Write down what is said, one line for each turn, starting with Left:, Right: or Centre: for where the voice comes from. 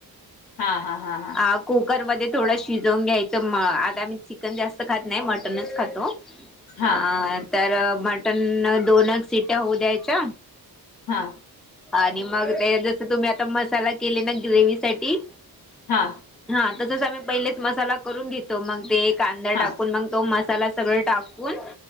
Left: हा हा हा हा.
Centre: आ कुकरमध्ये थोडं शिजवून घ्यायचं म आता आम्ही चिकन जास्त खात नाही मटनच खातो.
Left: हा
Centre: अ तर मटन दोन सिट्या होऊ द्यायच्या
Left: हा.
Centre: आणि मग ते जसं तुम्ही आता मसाला केले ना ग्रेविसाठी
Left: हा.
Centre: हा तस आम्ही पहिलेच मसाला करून घेतो मग ते कांदा
Left: हा.
Centre: टाकून मग तो मसाला सगळे टाकून